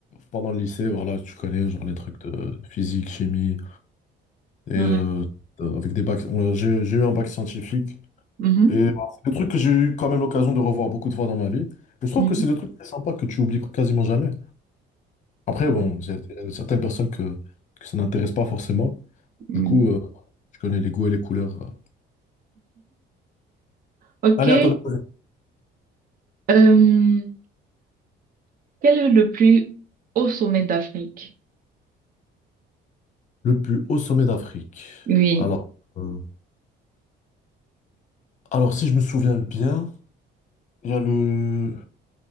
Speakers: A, on the left; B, on the right.
A: pendant le lycée, voilà, tu connais genre les trucs de physique, chimie et
B: Ouais.
A: euh, euh, avec des bacs. on- J'ai j'ai eu un bac scientifique
B: Mhm.
A: et voilà, c'est des trucs que j'ai eu quand même l'occasion de revoir beaucoup de fois dans ma vie. Et je trouve
B: Mhm.
A: que c'est des trucs très sympas que tu oublies quasiment jamais. Après,
B: Oui.
A: bon, il y a certaines personnes que, que ça n'intéresse pas forcément.
B: Mhm.
A: Du coup, euh, je connais les goûts et les couleurs. euh.
B: OK.
A: Allez, attendez.
B: Euh, quel est le plus haut sommet d'Afrique?
A: Le plus haut sommet d'Afrique.
B: Oui.
A: Alors, euh, alors, si je me souviens bien, il y a le,